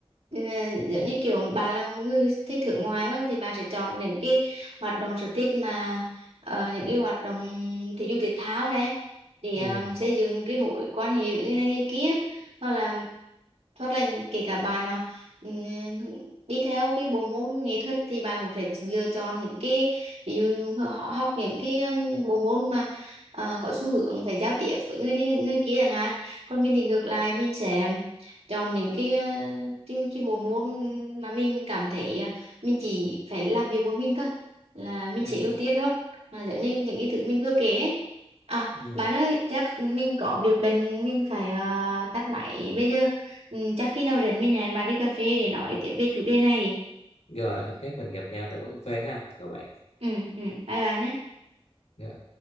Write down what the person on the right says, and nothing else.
Ừ, Giống như kiểu bạn là một người thích thưởng ngoài phải không? Thì bạn sẽ chọn những cái hoạt động sở thích mà ờ, những cái hoạt động thể dục thể thao này để
ờ, xây dựng cái mối quan hệ với người này người kia hoặc là hoặc là kể cả bạn là ừ, đi theo cái bộ môn nghệ thuật thì bạn cũng sẽ lựa chọn những cái ví dụ họ học những cái um, bộ môn mà ờ, có xu hướng phải giao tiếp với người này người kia chẳng hạn còn mình thì ngược lại mình sẽ chọn những cái ờ, cái, cái bộ môn mà mình cảm thấy ờ, mình chỉ phải làm việc một mình thôi là mình
sẽ ưu tiên hơn là giống như những cái thứ mình vừa kể ấy. À,
bạn ơi, chắc mình có việc bận mình phải ờ, tắt máy bây giờ. Ừ, chắc khi nào rảnh mình hẹn bạn đi cà phê để nói tiếp về chủ đề này.
Ừ, ừ, bye bạn nhé.